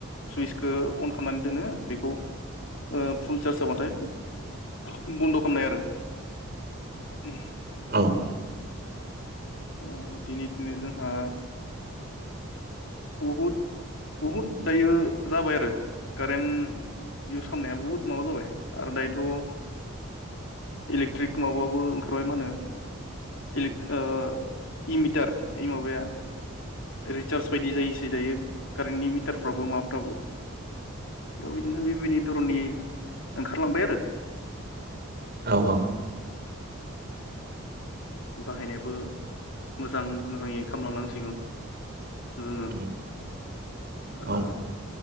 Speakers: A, on the left (about 65°); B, on the right (about 45°).
A: सुइसखौ अन खालामनानै दोनङो बेखौ ओ फुल चार्ज जाबाथाय बन्द' खालामनाय आरो उम
B: औ
A: ओ दिनै दिनै जोंहा बहुद बहुद दायो जाबाय आरो कारेन्ट इउस खालामनाया बहुद माबा जाबाय आरो दायोथ' इलेक्ट्रिक माबाबो ओंखारबाय मा होनो इलेक ओ इ मिटार ओइ माबाया रिसार्ज बायदि जायोसै दायो कारेन्टनि मिटारफ्राबो माबाफ्राबो दा बिदिनो बिबिन धरननि ओंखारलांबाय आरो
B: औ औ
A: बाहायनायाबो मोजां मोजाङै खालामलांनांसिगौ जोङो
B: उम
A: आरो
B: औ